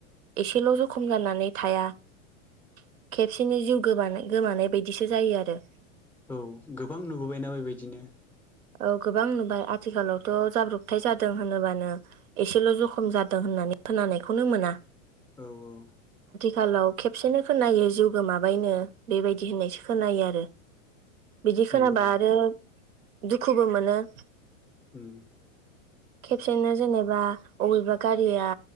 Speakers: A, on the right; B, in the centre.
A: एसेल' जखम जानानै थाया । खेबसेनो जिउ गोबानाय गोमानाय बायदिसो जायो आरो।
B: औ गोबां नुबोबायना बेबायदिनो ।
A: औ गोबां नुबाय आथिखालावथ' जाब्रबथाय जादों होनोबानो एसेल' जखम जादों होननानै खोनानायखौनो मोना।
B: औ औ।
A: खालाव खेबसेनो खोनायो जिउ गोमाबायनो बेबायदि होननायसो खोनायो आरो। बिदि खोनाबा
B: नंगौ
A: आरो दुखुबो मोनो ।
B: ओम ।
A: खेबसेनो जेनेबा अबेबा गारिया